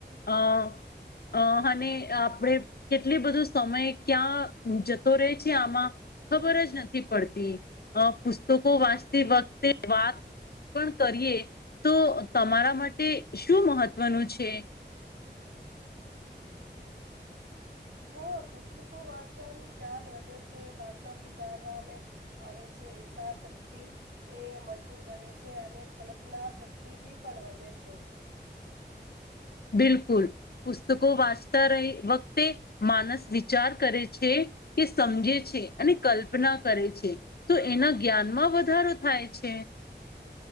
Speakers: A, on the left; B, on the right.
A: અ અ અને આપણે કેટલી બધું સમય ક્યાં જતો રહે છે આમાં ખબર જ નથી પડતી, અ પુસ્તકો વાંચતી વખતે વાત પણ કરીએ તો તમારા માટે શું મહત્વનું છે?
B: હા પુસ્તકો વાંચવાની જ્ઞાન વધે છે ભાષા સુધારવામે આવે છે વિશારશક્તિ એ મજબૂત બને છે અને કલ્પનાશક્તિ બી પણ વધે છે
A: બિલકુલ પુસ્તકો વાંચતા રહે વકતે માણસ વિચાર કરે છે કે સમજે છે અને કલ્પના કરે છે તો એના જ્ઞાનમાં વધારો થાય છે